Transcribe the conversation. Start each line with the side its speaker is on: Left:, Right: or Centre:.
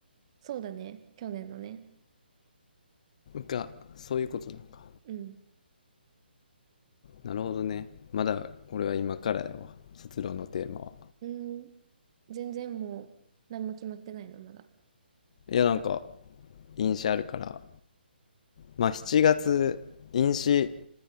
Right: そうだね。去年のね。
Left: が、そういうことなのか。
Right: うん。
Left: なるほどね。まだ俺は今からやわ。卒論のテーマは。
Right: うん。全然もう、何も決まってないの、まだ。
Left: いやなんか、印象あるからまあ7月飲酒